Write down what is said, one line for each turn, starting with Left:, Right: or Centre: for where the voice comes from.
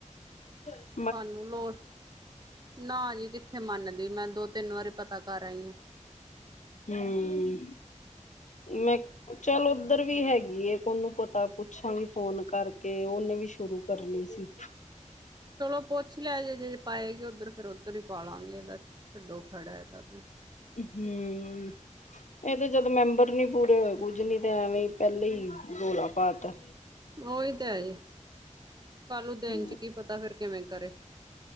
Left: ਜ <unintelligible>
Right: ਸਾਨੂੰ ਲੋੜ, ਨਾ ਜੀ ਕਿੱਥੇ ਮੰਨਦੀ। ਮੈਂ ਦੋ-ਤਿੰਨ ਵਾਰੀ ਪਤਾ ਕਰ ਆਈ ਆਂ।
Left: ਹੂੰ, ਮੈਂ ਚੱਲ ਓਧਰ ਵੀ ਹੈਗੀ ਏ ਇੱਕ ਓਨੂੰ ਪਤਾ ਪੁੱਛਾਂਗੀ ਫੋਨ ਕਰਕੇ, ਓਨੇ ਵੀ ਸ਼ੁਰੂ ਕਰਨੀ ਸੀ।
Right: ਚਲੋ ਪੁੱਛ ਲਿਆ ਜੇ, ਜੇ ਪਾਏਗੀ ਓਧਰ ਫੇਰ ਓਧਰ ਹੀ ਪਾ ਲਾਂਗੇ ਏਦਾ ਛੱਡੋ ਖੈੜਾ ਐਦਾ ਫੇਰ।
Left: ਹੂੰ, ਤੇ ਜਦ ਮੈਂਬਰ ਨੀ ਪੂਰੇ ਹੋਏ ਕੁੱਝ ਨੀ ਤੇ ਐਵੇਂ ਈ ਪੈਲੇ ਈ ਰੌਲ਼ਾ ਪਾਤਾ।
Right: ਓਹੀ ਤੇ ਹੈ ਜੀ, ਪਰ ਓ
Left: ਹਾਂ
Right: ਦਿਨ ਚ ਕੀ ਪਤਾ ਫੇਰ ਕਿਵੇਂ ਕਰੇ?